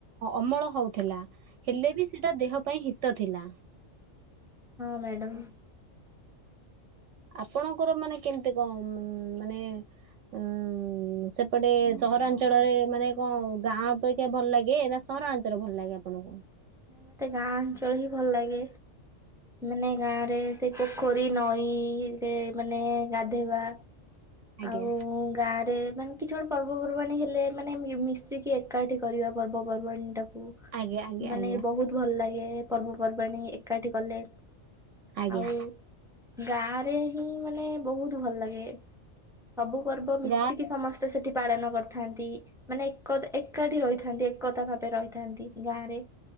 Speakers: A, on the right; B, in the centre.
A: ଅମଳ ହଉଥିଲା ହେଲେ ବି ସେଟା ଦେହ ପାଇଁ ହିତ ଥିଲା।
B: ହଁ ମ୍ୟାଡାମ୍?
A: ଆପଣଙ୍କର ମାନେ କେମତି କଣ ଉଁ ମାନେ ଉଁ ସେପଟେ ସହରାଞ୍ଚଳରେ ମାନେ କଣ ଗାଁ ଅପେକ୍ଷା ଭଲ ଲାଗେ ନା ସ ସହରାଞ୍ଚଳ ଭଲ ଲାଗେ ଆପଣଙ୍କୁ?
B: ମତେ ଗାଁ ଅଞ୍ଚଳ ହିଁ ଭଲ ଲାଗେ। ମାନେ ଗାଁ ରେ ସେ ପୋଖରୀ ନଈ ସେ ମାନେ ଗାଧୋଇବା
A: ଆଜ୍ଞା
B: ଆଉ ଗାଁରେ ମାନେ କିଛି ଗୋଟେ ପର୍ବପର୍ବାଣୀ ହେଲେ ମାନେ ମିଶିକି ଏକାଠି କରିବା ପର୍ବପର୍ବାଣୀ ଟାକୁ‌
A: ଆଜ୍ଞା ଆଜ୍ଞା
B: ମାନେ
A: ଆଜ୍ଞା
B: ବହୁତ ଭଲ ଲାଗେ ପର୍ବପର୍ବାଣୀ ଏକାଠି କଲେ
A: ଆଜ୍ଞା
B: ଆଉ ଗାଁ ରେ ହିଁ ମାନେ ବହୁତ ଭଲ ଲାଗେ। ସବୁ ପର୍ବ ମିଶିକି
A: ଗାଁ
B: ସମସ୍ତେ ସେଠି ପାଳନ କରିଥାନ୍ତି। ମାନେ ଏକତା ଏକ ଏକାଠି ରହିଥାନ୍ତି ଏକତା ଭାରେ ରହିଥାନ୍ତି ଗାଁ ରେ।